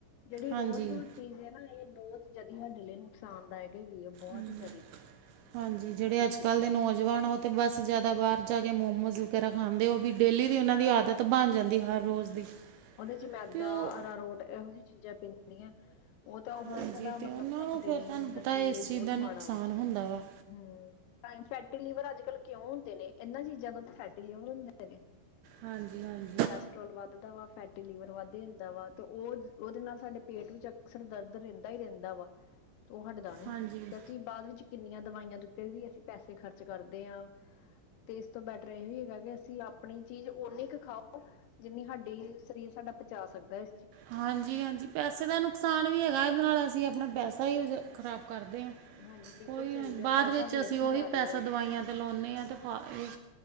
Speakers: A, on the left; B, on the right.
A: ਜੇੜੀ
B: ਹਾਂਜੀ
A: ਰੋਜ਼-ਰੋਜ਼ ਚੀਜ਼ ਏ ਨਾ ਇਹ ਬੋਤ ਜਆਦੀ ਸਾਡੇ ਲਈ ਨੁਕਸਾਨਦਾਇਕ ਹੈਗੀ ਆ। ਬਹੁਤ
B: ਹ
A: ਹੀ ਜਿਆਦਾ
B: ਹਾਂਜੀ, ਜੇੜੇ ਅੱਜ-ਕੱਲ੍ਹ ਦੇ ਨੌਜਵਾਨ ਆ ਉਹ ਤੇ ਬਸ ਜਾਦਾ
A: ਹਮ
B: ਬਾਰ ਜਾ ਮੋਮੋਸ ਵਗੈਰਾ ਖਾਂਦੇ ਹੋ ਵੀ ਡੇਲੀ ਦੀ ਓਨਾਂ ਦੀ ਆਦਤ ਬਣ ਜਾਂਦੀ ਹਰ ਰੋਜ਼ ਦੀ
A: ਓਦੇ ਚ ਮੈਦਾ,
B: ਅਤੇ ਉਹ
A: ਅਰਾਰੋਟ, ਏਹੋ ਜਿਹੀਆਂ ਚੀਜ਼ਾਂ ਪੈਂਦੀਆਂ। ਓਹ ਤਾਂ
B: ਹਾਂਜੀ
A: ਹੋਰ ਜਾਦਾ
B: ਅਤੇ
A: ਮਤਲਬ
B: ਉਹਨਾਂ
A: ਸਾਡੇ
B: ਨੂੰ ਫਿਰ
A: ਲਈ
B: ਤੁਹਾਨੂੰ
A: ਅੰਦਰ
B: ਪਤਾ
A: ਸਰੀਰ
B: ਇਸ
A: ਲਈ
B: ਚੀਜ਼
A: ਬੋਤ
B: ਦਾ ਨੁਕਸਾਨ
A: ਮਾੜਾ ਵਾ। ਹਮਮ,
B: ਹੁੰਦਾ ਵਾ
A: ਤਾਂ ਫੈਟੀ ਲਿਵਰ ਅੱਜ-ਕੱਲ ਕਿਉਂ ਹੁੰਦੇ ਨੇ ਏਨਾਂ ਚੀਜ਼ਾਂ ਤੋਂ ਤਾਂ ਫੈਟੀ ਲਿਵਰ ਹੁੰਦੇ ਨੇ।
B: ਹਾਂਜੀ-ਹਾਂਜੀ।
A: ਕੋਲੈਸਟਰ੍ਰੋਲ ਵੱਧਦਾ ਵਾ, ਫੈਟੀ ਲੀਵਰ ਵੱਧ ਜਾਂਦਾ ਵਾ ਤੇ ਓ ਓਦੇ ਨਾਲ ਸਾਡੇ ਪੇਟ ਵਿੱਚ ਅਕਸਰ ਦਰਦ ਰੇਨਦਾ ਹੀ ਰੇਨਦਾ ਵਾ ਤੇ ਉਹ ਹਟਦਾ ਨੀ
B: ਹਾਂਜੀ
A: ਤੇ ਅਸੀਂ ਬਾਦ ਵਿੱਚ ਕਿੰਨੀਆਂ ਦਵਾਈਆਂ ਦੇ ਉੱਤੇ ਵੀ, ਅਸੀਂ ਪੈਸੇ ਖਰਚ ਕਰਦੇ ਹਾਂ। ਤੇ ਏਸ ਤੋਂ ਬੈਟਰ ਏਹੋ ਹੀ ਹੈਗਾ ਕਿ ਅਸੀਂ ਆਪਣੀ ਚੀਜ਼ ਓਨੀ ਕੁ ਖਾਓ ਜਿੰਨੀ ਹਾਡੀ ਸਰੀਰ ਸਾਡਾ ਪਚਾ ਸਕਦਾ ਐ।
B: ਹਾਂਜੀ, -ਹਾਂਜੀ। ਪੈਸੇ ਦਾ ਨੁਕਸਾਨ ਵੀ ਹੈਗਾ, ਏਦੇ ਨਾਲ ਅਸੀਂ ਆਪਣਾ ਪੈਸਾ ਹੀ ਖ਼ਰਾਬ ਕਰਦੇ ਹਾਂ।
A: ਹਾਂਜੀ ਬਿਲਕੁਲ
B: ਕੋਈ
A: ਸਹੀ
B: ਆ
A: ਕਿਹਾ
B: ਬਾਦ
A: ਪੈਸਾ
B: ਵਿੱਚ
A: ਵੇਸਟ
B: ਅਸੀਂ ਓਹੀ
A: ਹੀ ਜਾ ਰਿਹਾ
B: ਪੈਸਾ
A: ਏ
B: ਦਵਾਈਆਂ ਤੇ ਲਾਉਂਣੇ ਆ ਤੇ ਫ ਇਹ